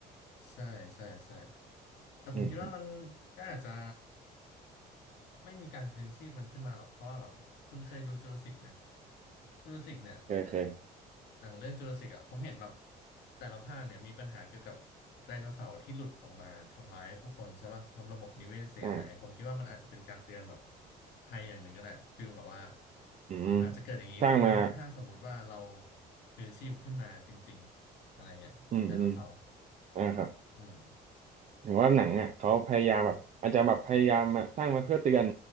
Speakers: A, on the left; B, on the right.
A: ใช่ใช่ใช่แต่ผมคิดว่ามัน
B: อืม
A: ก็อาจจะ ไม่มีการคืนชีพมันขึ้นมาหรอกเพราะว่าแบบคุณเคยดูจูราสสิกไหมจูราสสิกเนี่ย
B: เคยเคย
A: หนังเรื่องจูราสสิกอ่ะผมเห็นแบบแต่ละภาคเนี่ยมีปัญหาเกี่ยวกับไดโนเสาร์ที่หลุดออกมาทำร้ายผู้คนใช่ป่ะทำระบบนิเวศเสียหายผมคิดว่ามันอาจจะเป็นการเตือนแบบ
B: อ่า
A: ภัยอย่างหนึ่งก็ได้ฟีลแบบว่า
B: อืม
A: อาจจะเกิดอย่างนี้ขึ้นนะถ้าสมมุติว่าเรา
B: สร้างมา
A: คืนชีพขึ้นมาจริงๆอะไรเงี้ยไดโนเสาร์
B: อืมอืมอ่าครับ
A: อืม
B: เห็นว่าหนังอ่ะเขาพยายามแบบอาจจะแบบพยายามมาสร้างมาเพื่อเตือน